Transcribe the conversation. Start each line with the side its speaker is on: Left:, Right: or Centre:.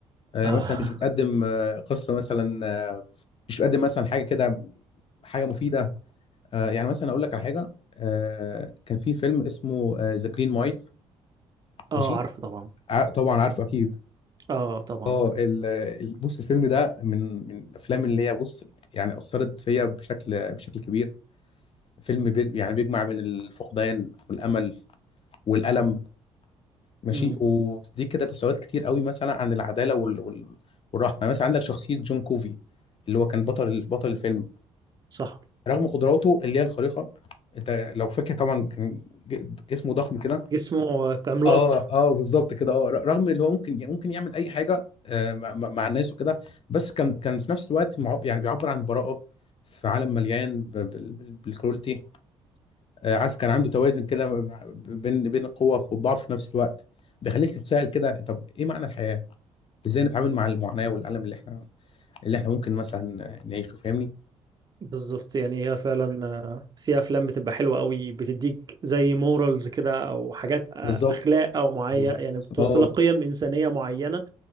Left: آه،
Right: اه
Left: مثلا
Right: <laughs>
Left: مش بتقدم آه، قصه مثلا آه، مش بتقدم مثلا حاجه كده حاجه مفيده آه، يعني مثلا اقول لك على حاجه آه، كان في فيلم اسمه آه، ذا جرين مايل ماشي
Right: اه عارفه طبعا
Left: ع- طبعا عارفه اكيد
Right: اه طبعا
Left: اه ال- ال- بص الفيلم ده من من الافلام اللي هي بص يعني اثرت فيا بشكل بشكل كبير فيلم بيج يعني بيجمع بين الفقدان والامل والالم ماشي
Right: امم
Left: ودي كده تساؤلات كتير قوي مثلا عن العداله وال- وال- والرحمه مثلا عندك شخصيه جون كوفي اللي هو كان بطل بطل الفيلم
Right: صح
Left: رغم قدراته اللي هي الخارقه انت لو فاكر طبعا كان ج- جسمه ضخم كده
Right: جسمه عملاق
Left: اه اه بالظبط كده اه ر- رغم اللي هو ممكن ممكن يعمل اي حاجه آه، مع مع- مع الناس وكده بس كان كان في نفس الوقت معب يعني بيعبر عن البراءه في عالم مليان ب- بال- بال- بالكرولتي آه، عارف كان عنده توازن كده ب- بين بين القوه والضعف في نفس الوقت بيخليك تتساءل كده طب ايه معنى الحياه؟ ازاي نتعامل مع المعاناه والالم اللي احنا اللي احنا ممكن مثلا نعيشه فاهمني؟
Right: بالظبط يعني هي فعلا آه، في افلام بتبقى حلوه قوي بتديك زي مورالز كده او حاجات آه،
Left: بالظبط
Right: اخلاق او معين
Left: بالظبط
Right: يعني بتوصل
Left: اه
Right: لك قيم انسانيه معينه